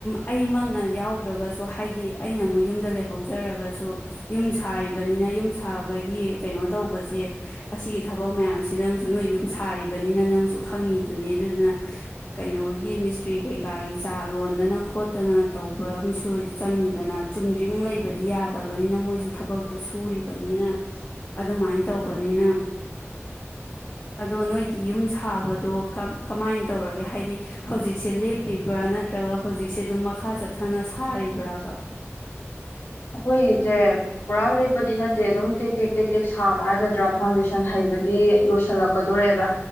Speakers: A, on the left; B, on the left.
A: ꯑꯩꯃꯛꯅ ꯌꯥꯎꯗ꯭ꯔꯒꯁꯨ ꯍꯥꯏꯗꯤ ꯑꯩꯅ ꯑꯃꯨꯛ ꯌꯨꯝꯗ ꯂꯩꯍꯧꯖꯔꯒꯁꯨ ꯌꯨꯝ ꯁꯥꯔꯤꯕꯅꯤꯅ ꯌꯨꯝ ꯁꯥꯕꯒꯤ ꯀꯩꯅꯣ ꯇꯧꯕꯁꯦ ꯑꯁꯤꯒꯤ ꯊꯕꯛ ꯃꯌꯥꯝꯁꯦ ꯅꯪꯁꯨ ꯅꯣꯏ ꯌꯨꯝ ꯁꯥꯔꯤꯕꯅꯤꯅ ꯅꯪꯁꯨ ꯈꯪꯉꯤꯗꯨꯅꯤ ꯑꯗꯨꯗꯨꯅ ꯀꯩꯅꯣꯒꯤ ꯃꯤꯁꯇ꯭ꯔꯤ ꯀꯩꯀꯥꯒꯤ ꯆꯥ ꯂꯣꯟꯗꯅ ꯈꯣꯠꯇꯅ ꯇꯧꯕ ꯑꯃꯁꯨ ꯆꯪꯉꯤꯗꯅ ꯆꯨꯝꯗ꯭ꯔꯤꯡ ꯂꯩꯕꯗꯤ ꯌꯥꯗꯕꯅꯤꯅ ꯃꯣꯏꯁꯨ ꯊꯕꯛꯇꯣ ꯁꯨꯔꯤꯕꯅꯤꯅ ꯑꯗꯨꯃꯥꯏꯅ ꯇꯧꯕꯅꯤꯅ ꯑꯗꯣ ꯅꯣꯏꯒꯤ ꯌꯨꯝ ꯁꯥꯕꯗꯣ ꯀꯃꯥꯏꯅ ꯇꯧꯔꯒꯦ ꯍꯥꯏꯗꯤ ꯍꯧꯖꯤꯛꯁꯦ ꯂꯦꯞꯄꯤꯕ꯭ꯔꯥ ꯅꯠꯇ꯭ꯔꯒ ꯍꯧꯖꯤꯛꯁꯦ ꯑꯗꯨꯝ ꯃꯈꯥ ꯆꯠꯊꯅ ꯁꯥꯔꯤꯕ꯭ꯔꯕ
B: ꯑꯩꯈꯣꯏꯒꯤꯁꯦ ꯄꯨꯔꯥ ꯂꯦꯞꯄꯗꯤ ꯅꯠꯇꯦ ꯑꯗꯨꯝ ꯇꯦꯛ ꯇꯦꯛ ꯇꯦꯛ ꯇꯦꯛ ꯁꯥꯕ ꯍꯥꯏꯒꯗ꯭ꯔꯥ ꯐꯥꯎꯟꯗꯦꯁꯟ ꯍꯩꯕꯗꯤ ꯂꯣꯏꯁꯤꯜꯂꯛꯀꯗꯣꯔꯦꯕ